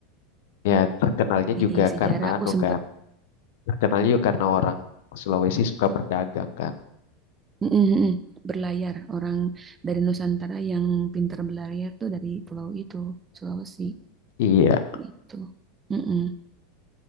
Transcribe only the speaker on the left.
Ya, terkenalnya
juga
karena
anu
kan. Terkenalnya juga karena orang Sulawesi suka berdagang kan.
Iya,